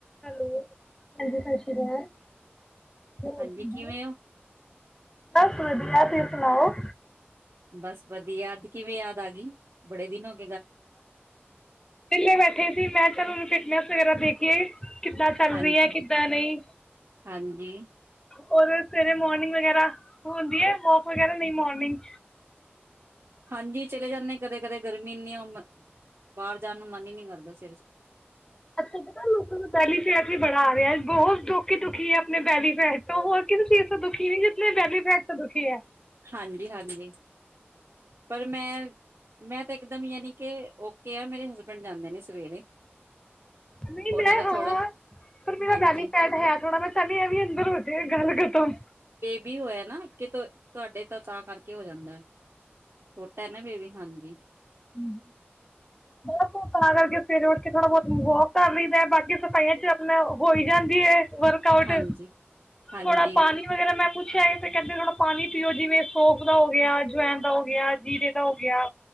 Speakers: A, on the left; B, on the right.
A: Hello ਹਾਂਜੀ ਸਤਿ ਸ੍ਰੀ ਅਕਾਲ, ਹੋਰ
B: ਹਾਂਜੀ
A: ਸੁਣਾਓ,
B: ਕਿਵੇਂ ਹੋ
A: ਬਸ ਵਧੀਆ। ਹੈਲੋ
B: ਬਸ ਵਧੀਆ ਅੱਜ ਕਿਵੇਂ ਯਾਦ ਆ ਗਈ, ਬੜੇ ਦਿਨ ਹੋ ਗਏ।
A: ਵਿਹਲੇ ਬੈਠੇ ਸੀ, ਮੈਂ ਚਲਨੂੰ ਫਿਟਨੈਸ ਵਗੈਰਾ ਦੇਖ ਕਿ ਕਿੱਦਾਂ ਚਲ
B: ਹਾਂਜੀ
A: ਰੀ ਹੈ ਕਿੱਦਾਂ ਨਹੀਂ
B: ਹਾਂਜੀ
A: ਔਰ ਸਵੇਰੇ ਮੋਰਨਿੰਗ ਵਗੈਰਾ ਹੁੰਦੀ ਹੈ ਮੌ ਹੋਰ ਕਹਿੰਦੇ ਨਹੀਂ ਮੋਰਨਿੰਗ
B: ਹਾਂਜੀ ਚਲੇ ਜਾਂਦੇ ਕਦੇ- ਕਦੇ ਗਰਮੀ ਇੰਨੀ ਬਾਹਰ ਜਾਣ ਨੂੰ ਮਨ ਹੀ ਨਹੀਂ ਕਰਦਾ ਸੀ।
A: ਅੱਛਾ- ਅੱਛਾ, ਤੁਹਾਨੂੰ ਪਤਾ ਲੋਕਾਂ ਨੂੰ ਬੈਲੀ ਫੈਟ ਵੀ ਬੜਾ ਆ ਰਿਹਾ‌ ਏ। ਬਹੁਤ ਦੁਖ ਹੀ ਦੁਖੀ ਹੈ, ਆਪਣੇ ਬੈਲੀ ਫੈਟ ਤੇ ਹੋਰ ਕਿਸੇ ਚੀਜ਼ ਤੋਂ ਦੁਖੀ ਨੀ ਜਿਤਨੇ ਬੈਲੀ ਫੈਟ ਤੋ ਦੁਖੀ ਹੈ।
B: ਹਾਂਜੀ-ਹਾਂਜੀ ਪਰ ਮੈਂ ਮੈਂ ਤਾਂ ਇੱਕਦਮ ਯਾਨੀ ਕੇ ਓਕੇ ਆ ਮੇਰੇ ਹਸਬੈਂਡ ਜਾਂਦੇ ਨੇ ਸਵੇਰੇ।
A: ਨਹੀਂ
B: ਉਹਨਾਂ
A: ਮੈਂ
B: ਦਾ
A: ਹਾਂ,
B: ਥੋੜਾ
A: ਪਰ ਮੇਰਾ
B: ਹਾਂਜੀ
A: ਬੈਲੀ ਫੈਟ ਹੈ ਥੋੜਾ ਮੈਂ ਚਾਂਹਦੀ ਆ ਐ ਵੀ ਅੰਦਰ ਹੋ ਜੇ ਗੱਲ ਖਤਮ।
B: ਕੀ ਹੋਇਆ ਨਾ ਕਿ ਤ ਤੁਹਾਡੇ ਤਾਂ ਤਾਂ ਕਰਕੇ ਹੋ ਜਾਂਦਾ ਹੈ। ਛੋਟਾ ਐ ਨਾ ਬੇਬੀ, ਹਾਂਜੀ। ਜੀ
A: ਹਾਂ, ਬਸ ਤਾਂ ਕਰਕੇ ਫਿਰ ਉੱਠ ਕੇ ਥੋੜਾ ਬਹੁਤ ਵੋਕ ਕਰ ਲਈਦਾ, ਬਾਕੀ ਸਫਾਈਆਂ ਚ ਆਪਣਾ ਹੋਈ ਜਾਂਦੀ ਹੈ। ਵਰਕ ਆਊਟ
B: ਹਾਂਜੀ ਹਾਂਜੀ
A: ਥੋੜਾ ਪਾਣੀ ਵਗੈਰਾ ਮੈਂ ਪੁ ਪੁਛਿਆ ਏ ਤੇ ਕਹਿੰਦੇ ਥੋੜਾ ਪਾਣੀ ਪੀਓ ਜਿਵੇਂ ਸੋਫ ਦਾ ਹੋ ਗਿਆ, ਜਵੈਣ ਦਾ ਹੋ ਗਿਆ। ਜੀਰੇ ਦਾ ਹੋ ਗਿਆ।